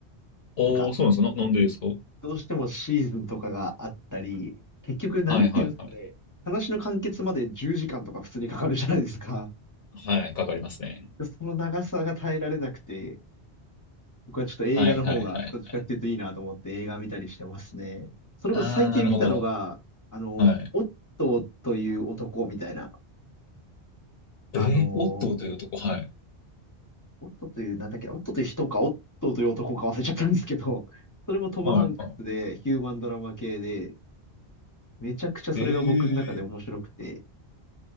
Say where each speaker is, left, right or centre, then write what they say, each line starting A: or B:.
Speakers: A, on the left; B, on the left.
A: おー、
B: なんか
A: そうなんですかな、なんでですか
B: どうしてもシーズンとかがあったり、結局、なんていうんですかね、
A: はいはいはい。
B: 話の完結まで10時間とか普通にかかるじゃないですか。
A: はい、かかりますね。
B: でその長さが耐えられなくて、僕はちょっと映画の方がどっちかっていうといいなと思って映画見たりしてますね。
A: はいはいはいはい。
B: それこそ最近見たのが、
A: あー、なるほど。
B: あの、
A: はい。
B: オットーという男みたいな、あの、
A: えー、オットーという男、はい。
B: オットーという、なんだっけな、オットーという人か、オットーという男か忘れちゃったんですけど、<laughs> それもトム・
A: はいは
B: ハンクスでヒューマンドラマ系で、めちゃくちゃそれが僕の中で面白くて、
A: い。ええー